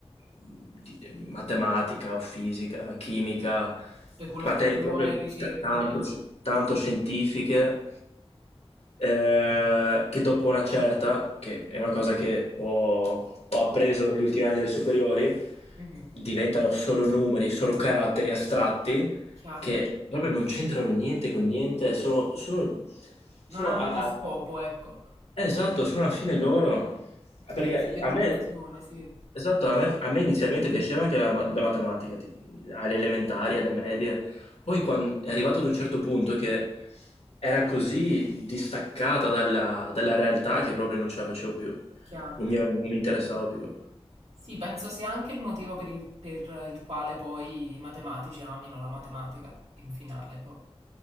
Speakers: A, on the left; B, on the right.
A: di- matematica o fisica, chimica,
B: Speculazione,
A: materie proprio
B: ricerca,
A: t- tanto,
B: certo.
A: tanto scientifiche eh, che dopo una certa, che è una cosa che ho, ho appreso gli ultimi anni delle superiori,
B: Mhm.
A: diventano solo numeri, solo caratteri astratti
B: Chiaro.
A: che proprio non c'entrano niente con niente, sono, sono,
B: Non
A: sono
B: hanno
A: a-
B: uno scopo,
A: a-
B: ecco.
A: eh, Esatto, sono alla fine loro. Ah,
B: È
A: Perché
B: speculazione,
A: a me,
B: sì.
A: esatto, a me, a me inizialmente piaceva anche la, ma- la matematica, ti- alle elementari, alle medie. Poi quan- è arrivato ad un certo punto che era così distaccata dalla, dalla realtà che proprio non ce la facevo più.
B: Chiaro.
A: Non mi, non mi interessava più.
B: Sì, penso sia anche il motivo per il, per il quale poi i matematici amino la matematica in finale, poi.